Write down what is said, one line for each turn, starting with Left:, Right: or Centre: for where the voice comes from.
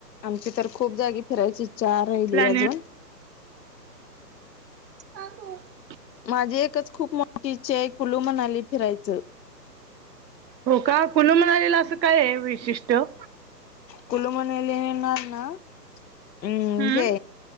Left: आमची तर खूप जागी फिरायची इच्छा राहिली
Right: प्लॅने
Left: अजून.
Right: <unintelligible>
Left: माझी एकच खूप मोठी इच्छा आहे. कुलू मनाली फिरायचं.
Right: हो का? कुलु मनालीला असं काय ए वैशिष्ट्य?
Left: कुलू मनालीला ना? अम्
Right: हम्म
Left: हे.